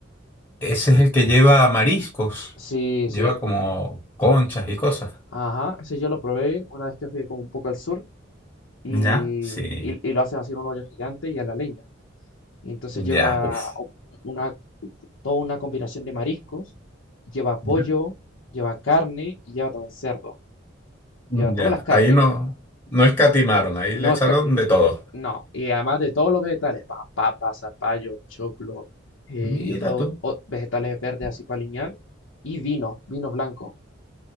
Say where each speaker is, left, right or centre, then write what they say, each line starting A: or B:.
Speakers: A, on the left (about 25°); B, on the left (about 75°).
A: Ese es el que lleva mariscos.
B: Sí,
A: Lleva
B: sí.
A: como conchas y cosas.
B: Ajá, ese yo lo probé una vez que fui como un poco al sur y,
A: ¿Ya? Sí.
B: y- y lo hacen así en un hoyo gigante y a la leña. Y entonces lleva
A: Ya, uff.
B: un- una, toda una combinación de mariscos, lleva pollo,
A: ¿Ya?
B: lleva carne y lleva también cerdo.
A: Ya.
B: Lleva todas las carnes
A: Ahí no, no escatimaron, ahí
B: No,
A: le echaron
B: es ca- n-
A: de todo.
B: no, y además de todos los vegetales, pa- papa, zapallo, choclo eh,
A: Mira
B: y otros
A: tú.
B: o- vegetales verdes así para aliñar, y vino, vino blanco,